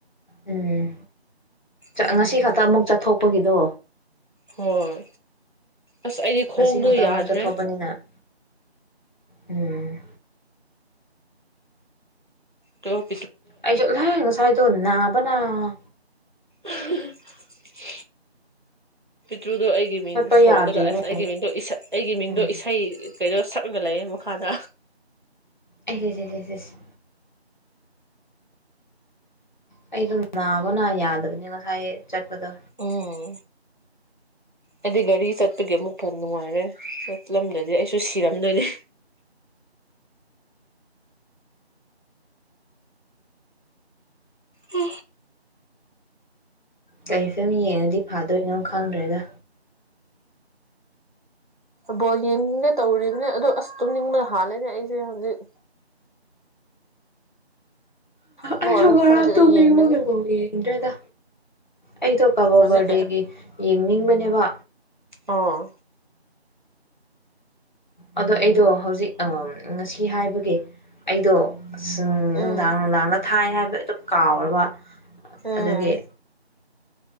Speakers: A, on the left (about 45°); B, on the right (about 50°).
A: ꯎꯝ
B: ꯎꯝ
A: ꯉꯁꯤ ꯈꯛꯇ ꯑꯃꯨꯛ ꯆꯠꯊꯣꯛꯄꯒꯤꯗꯣ
B: ꯍꯣꯏ ꯑꯁ ꯑꯩꯗꯤ ꯈꯣꯡꯗꯣ
A: ꯉꯁꯤ ꯈꯛꯇ
B: ꯌꯥꯗ꯭ꯔꯦ
A: ꯑꯃꯨꯛ ꯆꯠꯊꯣꯛꯄꯅꯤꯅ ꯎꯝ
B: ꯇꯞ
A: ꯑꯩꯁꯨꯠꯂꯥꯏ ꯉꯁꯥꯏꯗꯣ ꯅꯥꯕꯅ ꯑꯥ
B: <unintelligible> ꯇ꯭ꯔꯨꯗꯣ ꯑꯩꯒꯤ ꯃꯤꯡ
A: ꯆꯠꯄ
B: ꯁꯣꯜꯂꯒ
A: ꯌꯥꯗ꯭ꯔꯤꯅꯦ
B: ꯑꯁ ꯑꯩꯒꯤ ꯃꯤꯡꯗꯣ ꯑꯩꯒꯤ ꯃꯤꯡꯗꯣ
A: ꯎꯝ
B: ꯏꯁꯩ ꯀꯩꯩꯅꯣ ꯁꯛꯑꯒ ꯂꯩꯌꯦ ꯃꯈꯥꯗ
A: ꯑꯦ ꯑꯦꯁ <unintelligible> ꯑꯩꯗꯣ ꯅꯥꯕ ꯅꯥ ꯌꯥꯗꯕꯅꯤ ꯉꯁꯥꯏ ꯆꯠꯄꯗꯣ
B: ꯑꯣ ꯑꯩꯗꯤ ꯒꯥꯔꯤ ꯆꯠꯄꯒꯤ ꯑꯃꯨꯛ ꯐ ꯅꯨꯡꯉꯥꯏꯔꯦ ꯆꯠꯂꯝꯗꯗꯤ ꯑꯩꯁꯨ ꯁꯤꯔꯝꯗꯣꯢꯅꯤ ꯎ
A: ꯀꯩ ꯐꯤꯂꯝ ꯌꯦꯡꯉꯗꯤ ꯐꯥꯗꯣꯏꯅꯣ ꯈꯪꯗ꯭ꯔꯦꯗ
B: ꯕꯣꯜ ꯌꯦꯡꯅꯤꯡꯒꯦ ꯇꯧꯔꯤꯕꯅꯦ ꯑꯗꯣ ꯑꯁ ꯇꯨꯝꯅꯤꯡꯕꯗ ꯍꯥꯜꯂꯦꯅꯦ ꯑꯩꯁꯦ ꯍꯧꯖꯤꯛ ꯑꯗꯨ
A: ꯑꯩꯁꯨꯨꯉꯔꯥꯡ
B: ꯑꯣꯏꯔꯒ ꯈꯔꯗꯤ ꯑꯗꯨꯝ
A: ꯇꯨꯅꯤꯡꯕꯃꯒ
B: ꯌꯦꯡꯒꯅꯤ
A: ꯕꯣꯜꯒ ꯌꯦꯡꯗ꯭ꯔꯦꯗ ꯑꯩꯗꯣ ꯀꯕꯣ
B: ꯍꯧꯖꯤꯛ
A: ꯕꯔꯗꯦꯒꯤ ꯌꯦꯡꯅꯤꯡꯕꯅꯦꯕ
B: ꯑꯥ
A: ꯑꯗꯣ ꯑꯩꯗꯣ ꯍꯧꯖꯤꯛ ꯉꯁꯤ ꯍꯥꯏꯕꯒꯤꯦ ꯑꯩꯗꯣ ꯎꯝꯅꯨꯡꯗꯥꯥꯡ
B: ꯎꯝ
A: ꯅꯨꯡꯗꯥꯥꯡꯅ ꯊꯥꯏ ꯍꯥꯏꯕ ꯑꯗꯨꯝ ꯀꯥꯎꯔꯕ
B: ꯎꯝ
A: ꯑꯗꯨꯗꯒꯤ